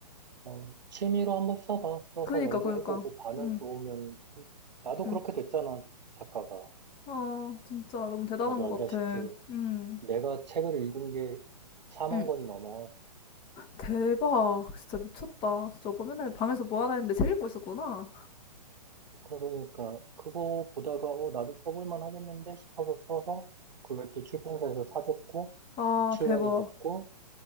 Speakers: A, on the right (about 85°); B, on the left (about 25°).
A: 어, 취미로 한번 써봐. 써서
B: 그니까,
A: 연재해보고
B: 그니까.
A: 반응
B: 응
A: 좋으면, 그럼 나도
B: 응
A: 그렇게 됐잖아, 작가가.
B: 아, 진짜 너무 대단한
A: 너도 알다시피,
B: 것 같아. 응
A: 내가 책을 읽은 게 4만
B: 응
A: 권이 넘어.
B: 대박. 진짜 미쳤다. 진짜 오빠 맨날 방에서 뭐 하나 했는데 책 읽고 있었구나.
A: 그러니까, 그거 보다가, 어, 나도 써볼만 하겠는데 싶어서 써서, 그게 또 출판사에서 사줬고,
B: 아,
A: 출간이
B: 대박.
A: 됐고,